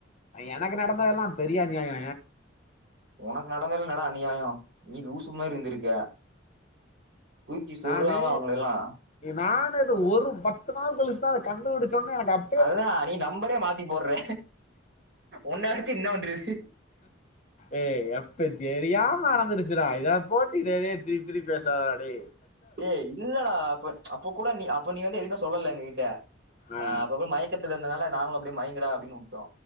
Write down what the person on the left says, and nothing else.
எனக்கு நடந்ததெல்லா பெரிய அநியாய
நானு
நான் அது ஒரு பத்து நாள் கழிச்சுதா அதை கண்டுபிடிச்சோடனே எனக்கு அப்ப
ஏ எப்ப தெரியாம நடந்துருச்சிடா இத போட்டு திரு திருப்பி பேசாதடா டே
ஆ